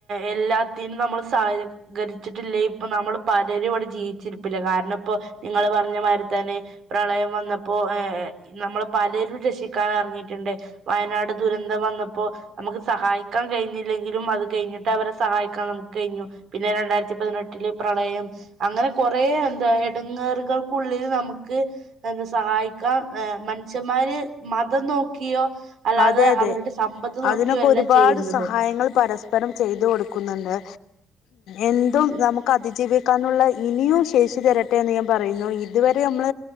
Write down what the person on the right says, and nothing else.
എല്ലാത്തിനും നമ്മൾ സഹകരിച്ചിട്ടില്ലേ ഇപ്പൊ നമ്മൾ പലരും ഇവിടെ ജീവിച്ചിരിപ്പില്ല കാരണം ഇപ്പോ നിങ്ങള് പറഞ്ഞ മാതിരി തന്നെ പ്രളയം വന്നപ്പോ നമ്മൾ പലരും രക്ഷിക്കാാന ഇറങ്ങിട്ടുണ്ട് വയനാട് ദുരന്തം വന്നപ്പോ നമുക്ക് സഹായിക്കാൻ കഴിഞ്ഞില്ലെങ്കിലും അത് കഴിഞ്ഞിട്ട് അവരെ സഹായിക്കാൻ നമുക്ക് കഴിഞ്ഞു പിന്നെ രണ്ടായിരത്തി പതിനെട്ടില് പ്രളയം അങ്ങനെ കുറെേ എന്താ ഇടങ്ങറുകൾക്കുള്ളിൽ നമുക്ക് എന്താ സഹായിക്കാൻ മനുഷ്യന്മാര് മതം നോക്കിയോ അല്ലാതെ
അവരുടെ സമ്പത്ത് നോക്കിയോ
അല്ല
ചെയ്യുന്നത്.